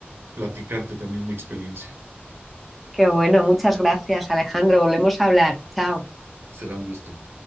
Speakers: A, on the right; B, in the centre.
A: platicarte también mi experiencia.
B: Qué bueno, muchas gracias, Alejandro. Volvemos a hablar. Chao.
A: Será un gusto.